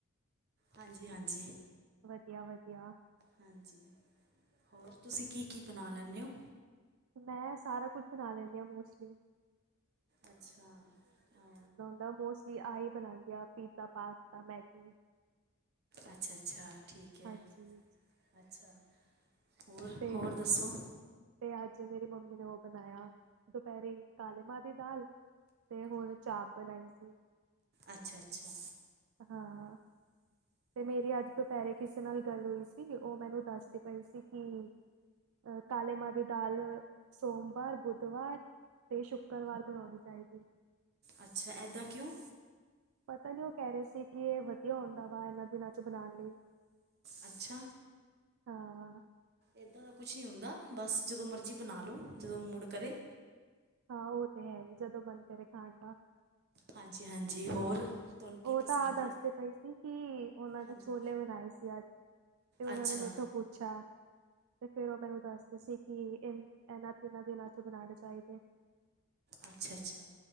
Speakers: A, on the right; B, on the right.
A: ਹਾਂਜੀ-ਹਾਂਜੀ।
B: ਵਧੀਆ-ਵਧੀਆ।
A: ਹਾਂਜੀ ਹੋਰ ਤੁਸੀਂ ਕੀ-ਕੀ ਬਣਾ ਲੈਂਣੇ ਹੋ?
B: ਮੈਂ ਸਾਰਾ ਕੁਝ ਬਣਾ ਲੈਂਦੀ ਹਾਂ, ਮੋਸਟਲੀ।
A: ਅੱਛਾ, ਅ
B: ਤਾਂ ਮੋਸਟਲੀ ਆਈ ਬਨਾਂਦੇ ਆ, ਪੀਜ਼ਾ, ਪਾਸਤਾ, ਮੈਗੀ
A: ਅੱਛਾ-ਅੱਛਾ ਠੀਕ ਐ,
B: ਹਾਂਜੀ,
A: ਅੱਛਾ। ਹੋਰ-ਹੋਰ
B: ਤੇ
A: ਦੱਸੋ?
B: ਤੇ ਅੱਜ ਮੇਰੀ ਮੰਮੀ ਨੇ ਓ ਬਨਾਯਾ ਦੁਪਿਹਰੇ ਕਾਲੇ ਮਾਂਹ ਦੀ ਦਾਲ ਤੇ ਹੁਣ ਚਾਹ ਬਨਾਈ ਸੀ।
A: ਅੱਛਾ-ਅੱਛਾ।
B: ਹਾਂ, ਤੇ ਮੇਰੀ ਅੱਜ ਤੋ ਦੁਪਿਹਰੇ ਕਿਸੇ ਨਾਲ ਗੱਲ ਹੋਈ ਸੀ, ਓ ਮੈਨੂੰ ਦੱਸਦੇ ਪਏ ਸੀ ਕਿ ਅ ਕਾਲੇ ਮਾਂਹ ਦੀ ਦਾਲ ਸੋਮਵਾਰ, ਬੁੱਧਵਾਰ ਤੇ ਸ਼ੁੱਕਰਵਾਰ ਬਣਾਉਣੀ ਚਾਈਦੀ ਐ।
A: ਅੱਛਾ, ਐਦਾਂ ਕਿਉਂ?
B: ਪਤਾ ਨੀ, ਓ ਕਹਿ ਰਹੇ ਸੀ। ਕਿ ਇਹ ਵਧੀਆ ਹੁੰਦਾ ਵਾ ਏਨਾਂ ਦਿਨਾਂ ਚ ਬਣਾਣ ਲਈ।
A: ਅੱਛਾ।
B: ਹਾਂ।
A: ਏਦਾਂ ਦਾ ਕੁਛ ਨਹੀਂ ਹੁੰਦਾ, ਬਸ ਜਦੋਂ ਮਰਜ਼ੀ ਬਣਾ ਲਓ, ਜਦੋਂ ਮੂਡ ਕਰੇ।
B: ਹਾਂ, ਓ ਤੇ ਹੈ ਈ ਜਦੋਂ ਮਨ ਕਰੇ ਖਾਣ ਦਾ।
A: ਹਾਂਜੀ-ਹਾਂਜੀ ਹੋਰ। ਤੁਹਾਨੂੰ ਕੀ
B: ਓ
A: ਪਸੰਦ
B: ਤਾਂ ਆਹ ਦੱਸਦੇ
A: ਏ?
B: ਪਏ ਸੀ, ਕਿ ਓਨਾ ਨੇ
A: ਹਾਂਜੀ।
B: ਛੋਲੇ ਬਣਾਏ ਸੀ ਅੱਜ। ਤੇ ਓਨਾਂ
A: ਅੱਛਾ
B: ਨੇ ਮੇਥੋ ਪੁੱਛਾ। ਤੇ ਫੇਰ ਉਹ ਮੈਨੂੰ ਦੱਸਦੇ ਸੀ। ਕਿ ਇਹਨਾਂ ਤਿੰਨਾ ਦਿਨਾਂ ਚ ਬਣਾਣੇ ਚਾਹੀਦੇ।
A: ਅੱਛਾ-ਅੱਛਾ।